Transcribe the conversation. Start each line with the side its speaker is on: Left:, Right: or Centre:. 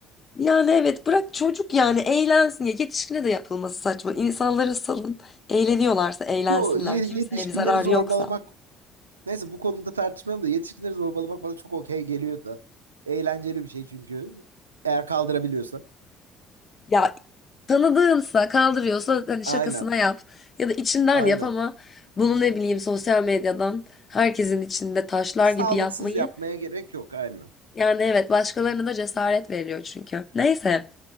Left: Yani evet bırak çocuk yani eğlensin ya yetişkine de yapılması saçma. İnsanları salın eğleniyorlarsa eğlensinler
Right: Yo ye-
Left: kimseye
Right: yetişkinleri
Left: bir zararı
Right: zorbalamak
Left: yoksa.
Right: neyse bu konuda tartışmayalım da yetişkinleri zorbalamak bana çok okey geliyor da. Eğlenceli bir şey çünkü. Eğer kaldırabiliyorsa.
Left: Ya tanıdığınsa kaldırıyorsa hani
Right: Aynen.
Left: şakasına yap ya da içinden
Right: Aynen.
Left: yap ama bunu ne bileyim sosyal medyadan herkesin içinde taşlar
Right: Sağlıksız
Left: gibi yapmayı
Right: yapmaya gerek yok aynen.
Left: Yani evet başkalarına da cesaret veriyor çünkü. Neyse.